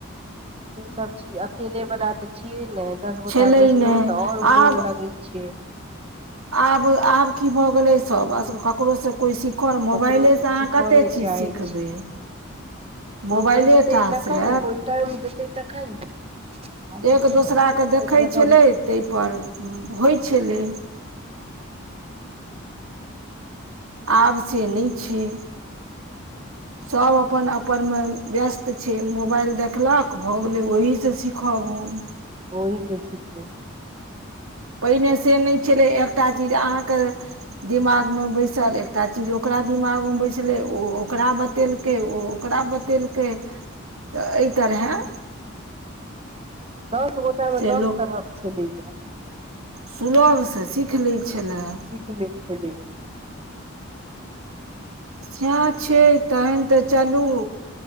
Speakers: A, on the right; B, on the right.
A: ई सब चीज अकेले वाला तऽ छियै नय दस गोटा
B: छलै
A: बैसलौं
B: नहि
A: तऽ आओर
B: आब
A: मोन लगै। छै।
B: आब आब की भऽ गेलै सब ककरो से कोइ सिखल मोबाइलेसँ
A: ककरो सिखऽ
B: अहाँ कते
A: नहि
B: चीज
A: चाहै
B: सिखबै
A: छियै कोइ
B: मोबाइलेटा
A: बैसतै तखन
B: से
A: ने कोइ टाइम देतै तखन आब
B: एक
A: तऽ कोइ
B: दोसरा
A: दस मिनट
B: के देखै
A: एक जगह
B: छलै तहि पर होइ छलै आब से नय छै। सभ अपन अपनमे व्यस्त छै मोबाइल देखलक भऽ गेलै ओहि से सीखब हम
A: ओहिसे सिखब
B: पहिने से नय छेलै एकटा चीज अहाँके दिमागमे बैसल एकटा चीज ओकरा दिमागमे बैसले ओ ओकरा बच् बतेलकै ओ ओकरा बतेलकै तऽ एहि तरहें
A: दस गोटा
B: से
A: मे दस तरहक छेलैये
B: सुलभसँ सीख लै छलए
A: सीख लैत छेलैये
B: सएह छै तहन तऽ चलू